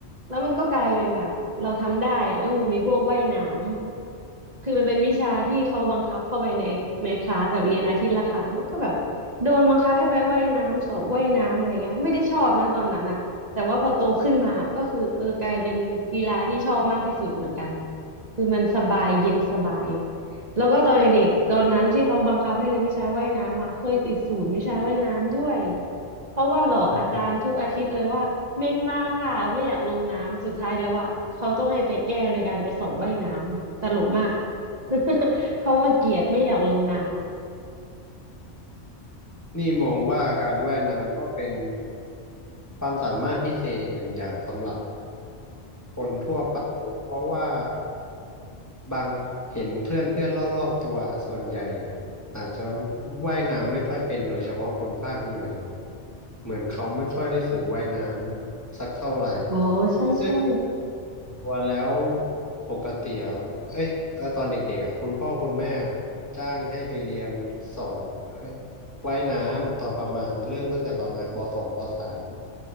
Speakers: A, on the right; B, on the left.
A: แล้วมันก็กลายเป็นแบบเราทำได้อะก็คือมีพวกว่ายน้ำคือมันเป็นวิชาที่เขาบังคับเข้าไปในในคลาสแบบเรียนอาทิตย์ละครั้งแล้วก็แบบโดนบังคับให้ไปว่ายน้ำสอบว่ายน้ำอะไรเงี้ยไม่ได้ชอบนะตอนนั้นอะแต่ว่าพอโตขึ้นมาก็คือเออกลายเป็นกีฬาที่ชอบมากที่สุดเหมือนกันคือมันสบายเย็นสบาย แล้วก็ตอนเด็กตอนนั้นที่เขาบังคับให้เรียนวิชาว่ายน้ำอ่ะเคยติดศูนย์วิชาว่ายน้ำด้วยเพราะว่าหลอกอาจารย์ทุกอาทิตย์เลยว่าเมนมาค่ะไม่อยากลงน้ำสุดท้ายแล้วอ่ะเขาต้องให้ไปแก้โดยการไปสอบว่ายน้ำตลกมาก
B: อืม
A: <laughs> เพราะว่าเกลียดไม่อยากลงน้
B: นี่มองว่าการว่ายน้ำก็เป็นความสามารถพิเศษอีกหนึ่งอย่างสำหรับ คนทั่วไปเพราะว่าบางเห็นเพื่อนเพื่อนรอบๆตัวส่วนใหญ่อาจจะว่ายน้ำไม่ค่อยเป็นโดยเฉพาะคนภาคเหนือเหมือนเขาไม่ค่อยได้ฝึกว่ายน้ำสักเท่าไหร่
A: ำอ๋อใช่ใช่
B: ซึ่ง ส่วนตัวแล้วปกติอ่ะเอ้ยเอ่อตอนเด็กๆอ่ะคุณพ่อคุณแม่จ้างให้ไปเรียนสอนเอ่อว่ายน้ำตอนประมาณเริ่มตั้งแต่ประมาณปสองปสาม